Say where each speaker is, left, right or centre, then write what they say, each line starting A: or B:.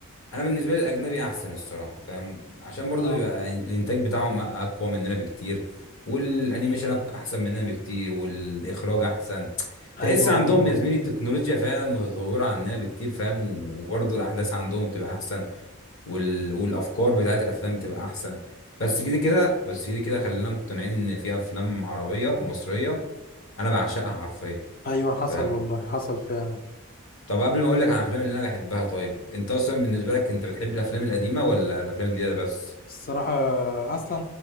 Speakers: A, on the left; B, on the left.
A: انا بالنسبه لي الاجنبي احسن الصراحه فاهم عشان برضو
B: أه
A: بيبقى الانتاج بتاعهم اقوى مننا بكتير والانيميشن احسن مننا بكتير والاخراج احسن
B: أيوه
A: تحس عندهم
B: أيوه
A: يا زميلي التكنولوجيا فعلا متطوره عننا بكتير فاهم وبرضو الاحداث عندهم تبقى احسن وال... والافكار بتاعت الافلام بتبقى احسن بس كده كده بس كده كده خلينا مقتنعين ان في افلام عربيه مصريه انا بعشقها حرفيا
B: أيوه حصل
A: فاهم
B: والله حصل فعلا
A: طب قبل ما اقول لك عن الافلام اللي انا بحبها طيب انت اصلا بالنسبه لك انت بتحب الافلام القديمه ولا الافلام الجديده بس
B: الصراحة أصلا